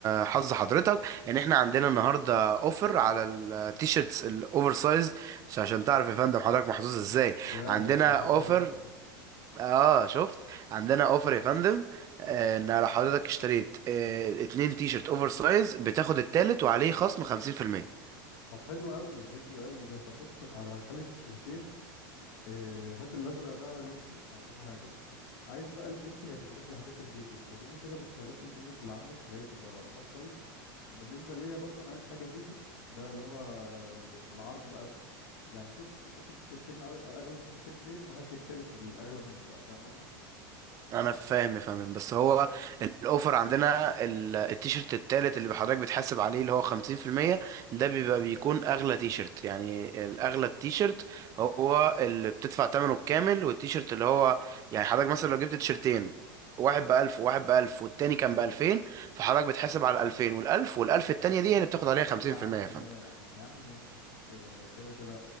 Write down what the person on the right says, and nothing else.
حظ حضرتك ان احنا عندنا النهارده اوفر على التيشيرتس الاوفر سايز مش عشان تعرف يا فندم حضرتك محظوظ ازاي
عندنا
اوفر
اه شفت عندنا اوفر يا فندم آه، ان لو حضرتك اشتريت آه، اتنين تي شيرت اوفر سايز بتاخد التالت وعليه خصم 50%
انا فاهم يا فندم بس هو الاوفر عندنا ال- التيشيرت التالت اللي حضرتك بتحاسب عليه اللي هو 50% ده بيبقى بيكون اغلى تيشيرت يعني الاغلى التيشيرت هو اللي بتدفع ثمنه الكامل والتيشيرت اللي هو يعني حضرتك مثلا لو جبت تيشيرتين واحد بألف وواحد بألف والتاني كان بألفين فحضرتك بتحاسب على الألفين والألف والألف التانية دي هي اللي بتاخد عليها خمسين
في المية يا
فندم